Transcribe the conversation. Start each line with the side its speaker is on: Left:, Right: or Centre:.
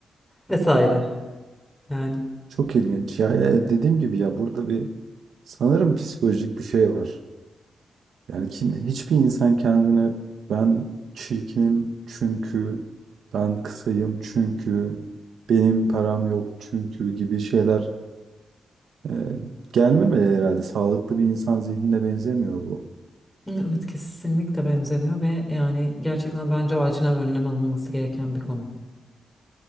Centre: vesaire yani.
Right: Çok ilginç. Ya e, dediğim gibi ya burada bir sanırım psikolojik bir şey var. Yani kim, hiçbir insan kendine ben çirkinim çünkü ben kısayım çünkü benim param yok çünkü gibi şeyler Ee, gelmemeli herhalde. Sağlıklı bir insan zihnine benzemiyor bu.
Centre: Evet kesinlikle benzemiyor ve yani gerçekten bence acilen önlem alınması gereken bir konu.